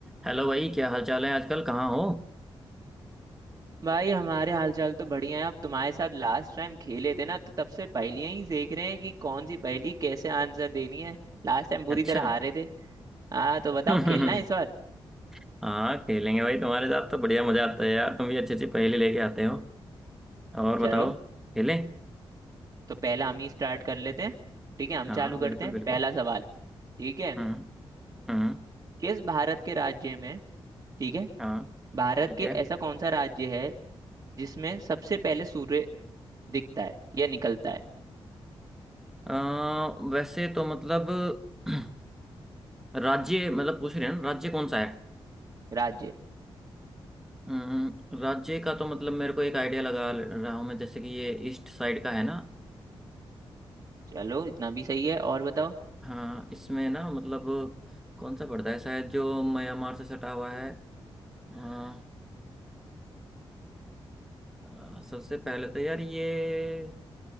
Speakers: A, in the centre; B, on the right.
A: हेलो भाई क्या हाल चाल है आजकल कहाँ हो
B: भाई हमारे हालचाल तो बढ़िया है अब तुम्हारे साथ लास्ट टाइम खेले थे ना तो तब से पहेलियां ही देख रहे हैं कि कौन सी पहेली कैसे आंसर देनी है लास्ट टाइम बुरी
A: अच्छा
B: तरह हारे थे हाँ तो बताओ
A: <laughs>
B: खेलना है इस बार
A: हाँ खेलेंगे भाई तुम्हारे साथ तो बढ़िया मजा आता है यार तुम भी अच्छी अच्छी पहेली लेके आते हो और
B: चलो
A: बताओ खेलें
B: तो पहला हम ही स्टार्ट कर लेते हैं ठीक है हम
A: हाँ
B: चालू करते
A: बिल्कुल
B: हैं
A: बिल्कुल
B: पहला सवाल ठीक है
A: हम्म हम्म
B: किस भारत के राज्य में ठीक है
A: हाँ
B: भारत
A: ठीक
B: के
A: है
B: ऐसा कौन सा राज्य है जिसमें सबसे पहले सूर्य दिखता है या निकलता है
A: अ, वैसे तो मतलब <clears throat> राज्य मतलब पूछ रहे हैं ना राज्य कौन सा है
B: राज्य
A: अम, राज्य का तो मतलब मेरे को एक आइडिया लगा ले रहा हूँ मैं जैसे कि ये ईस्ट साइड का है ना
B: चलो इतना भी सही है और बताओ
A: हाँ इसमें ना मतलब कौन सा पड़ता है शायद जो म्यांमार से सटा हुआ है हाँ, अ, सबसे पहले तो यार ये